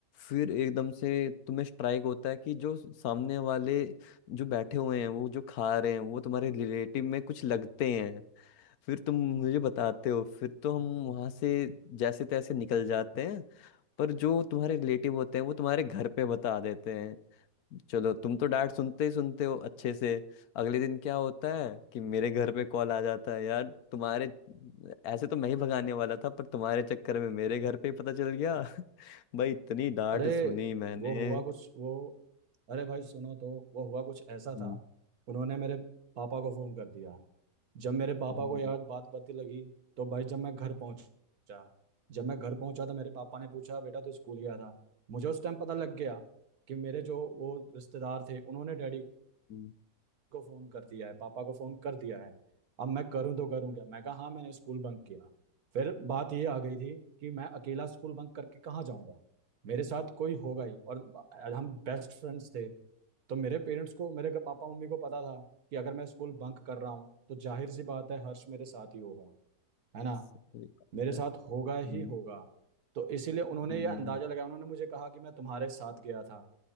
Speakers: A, on the left (about 80°); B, on the right (about 85°).
A: फिर एकदम से तुम्हें स्ट्राइक होता है कि जो सामने वाले जो बैठे हुए हैं वो जो खा रहे हैं वो तुम्हारे रिलेटिव में कुछ लगते हैं फिर तुम मुझे बताते हो फिर तो हम वहां से जैसे तैसे निकल जाते हैं पर जो तुम्हारे रिलेटिव होते हैं वो तुम्हारे घर पे बता देते हैं चलो तुम तो डांट सुनते ही सुनते हो अच्छे से अगले दिन क्या होता है कि मेरे घर पे कॉल आ जाता है यार तुम्हारे ऐसे तो मैं ही भगाने वाला था पर तुम्हारे चक्कर में मेरे घर पे ही पता चल गया <laughs> भाई इतनी डांट
B: अरे
A: सुनी मैंने
B: वो हुआ कुछ वो अरे भाई सुनो तो वो हुआ कुछ ऐसा
A: हम्म,
B: था उन्होंने मेरे पापा को फोन कर दिया जब मेरे पापा
A: हम्म,
B: को यार बात पता लगी तो भाई जब मैं घर पहुंचा जब मैं घर पहुंचा तो मेरे पापा ने पूछा बेटा तू स्कूल गया था मुझे उस टाइम पता लग गया कि मेरे जो वो रिश्तेदार थे उन्होंने डैडी
A: हम्म,
B: को फोन कर दिया है पापा को फोन कर दिया है अब मैं करूं तो करूं क्या मैं कहा हाँ मैंने स्कूल बंक किया फिर बात ये आ गई थी कि मैं अकेला स्कूल बंक करके कहाँ जाऊंगा मेरे साथ कोई होगा ही और हम बेस्ट फ्रेंड्स थे तो मेरे पेरेंट्स को मेरे घर- पापा मम्मी को पता था कि अगर मैं स्कूल बंक कर रहा हूँ तो जाहिर सी बात है हर्ष मेरे साथ ही होगा है ना
A: <laughs> सही बात
B: मेरे
A: है।
B: साथ होगा
A: हम्म,
B: ही होगा तो इसीलिए उन्होंने
A: हम्म।
B: ये अंदाजा लगाया उन्होंने मुझे कहा कि मैं तुम्हारे साथ गया था